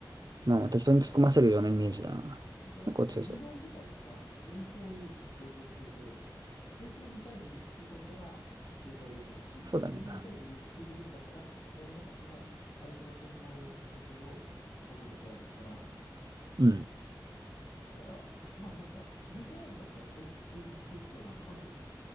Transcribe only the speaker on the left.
だから、この間のヘリボーン部隊のさ、
先方にこいつをつけて、こいつがミサイルで撃墜されたら警戒できるし、
こいつがミサイルで撃墜できなかったら、されなかったら、相手の先方の歩兵をボコボコやれるから。
だから、まあなんか、ヘリボーンだったらこいつ追従させるっていうのはかなり